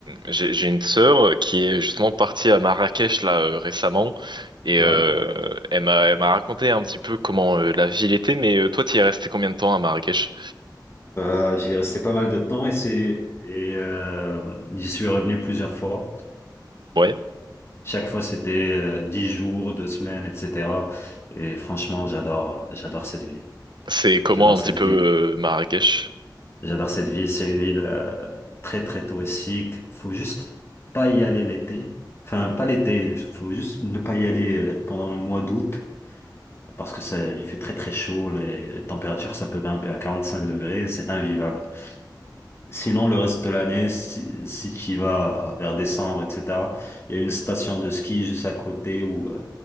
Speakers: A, on the right; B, on the left.
A: j'ai j'ai une sœur qui est justement partie à Marrakech là euh, récemment et
B: Ouais.
A: euh, elle m'a elle m'a raconté un petit peu comment euh, la ville était mais euh, toi tu es resté combien de temps à Marrakech?
B: Euh, j'y restais pas mal de temps et c'est et euh, j'y suis revenu plusieurs fois.
A: Ouais,
B: Chaque fois, c'était euh, dix jours, deux semaines, etc. Et franchement, j'adore, j'adore cette ville.
A: c'est comment
B: J'adore cette
A: un petit peu
B: ville.
A: euh, Marrakech?
B: J'adore cette ville. C'est une ville euh, très très touristique. Faut juste pas y aller l'été. Enfin, pas l'été. Faut juste ne pas y aller euh, pendant le mois d'août parce que ça, il fait très très chaud. Les, les températures, ça peut grimper à 45 degrés. C'est invivable. Sinon, le reste de l'année, si, si tu y vas vers décembre, etc., il y a une station de ski juste à côté où euh,